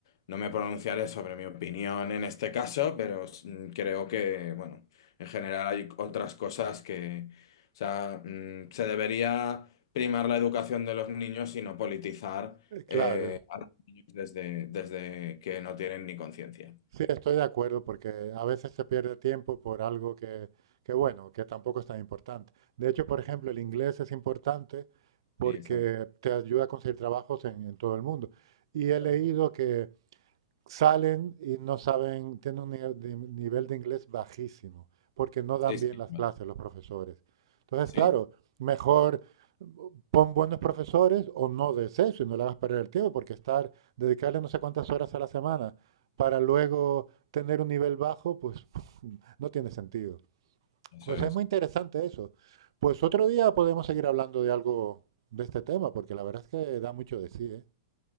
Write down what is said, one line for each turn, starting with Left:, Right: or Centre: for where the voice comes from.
Left: No me pronunciaré sobre mi opinión en este caso, pero mm, creo que, bueno, en general hay otras cosas que, o sea, mm, se debería primar la educación de los niños y no politizar
Right: eh, claro.
Left: eh, a los niños desde, desde que no tienen ni conciencia.
Right: Sí, estoy de acuerdo porque a veces se pierde tiempo por algo que, que, bueno, que tampoco es tan importante. De hecho, por ejemplo, el inglés es importante porque
Left: Sí, exacto.
Right: te ayuda a conseguir trabajos en, en todo el mundo. Y he
Left: claro.
Right: leído que salen y no saben, tienen un nivel de, nivel de inglés bajísimo, porque no dan
Left: Sí, sí,
Right: bien las
Left: vale.
Right: clases los profesores. Entonces,
Left: Sí,
Right: claro, mejor pon buenos profesores o no des eso y no le hagas perder el tiempo, porque estar, dedicarle no sé cuántas horas a la semana para luego tener un nivel bajo, pues <laughs> no tiene sentido.
Left: eso
Right: Pues
Left: es.
Right: es muy interesante eso. Pues otro día podemos seguir hablando de algo de este tema, porque la verdad es que da mucho de sí, ¿eh?